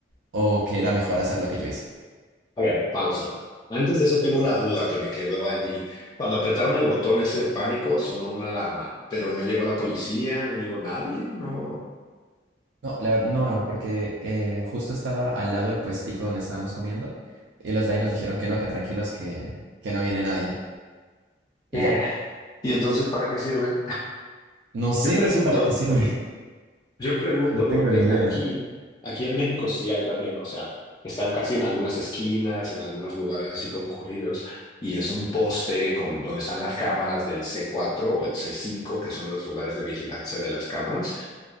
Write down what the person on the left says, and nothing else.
A ver, pausa. Antes de eso tengo una duda que me quedó allí. Cuando apretaron el botón ese de pánico, sonó una alarma, pero no llegó la policía, no llegó nadie, no.
Eh.
¿Y entonces para qué sirve?
Yo pregunto,
Yo pregunto
porque
aquí, aquí en México sí hay también, o sea, están casi en algunas esquinas, en algunos lugares así concurridos, y es un poste con donde están las cámaras del c cuatro o el c cinco que son los lugares de vigilancia de las cámaras,